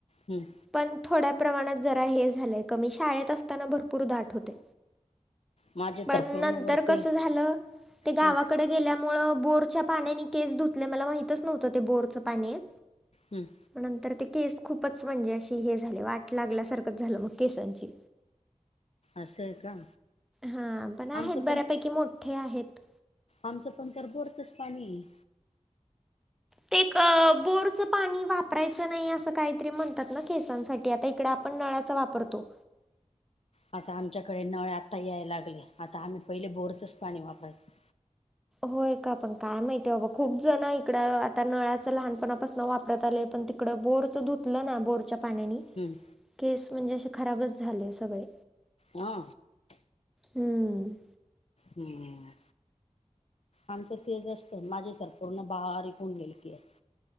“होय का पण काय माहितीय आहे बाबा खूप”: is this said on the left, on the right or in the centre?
Centre